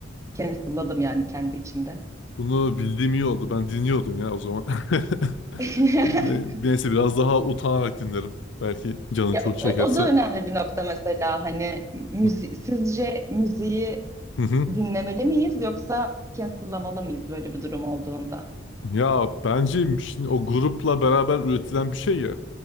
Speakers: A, on the right; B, on the left.
A: cancelladım yani kendi içimde.
B: Bunu bildiğim iyi oldu. Ben dinliyordum ya o zaman. <laughs>
A: <laughs>
B: Ne- Neyse biraz daha utanarak dinlerim. Belki canın
A: Ya
B: çok çekerse.
A: o, o da önemli bir nokta mesela hani müzi
B: <laughs>
A: sizce müziği
B: Hı hı.
A: dinlemeli miyiz yoksa cancel'lamalı mıyız böyle bir durum olduğunda?
B: Ya bence şimdi o grupla beraber üretilen bir şey ya.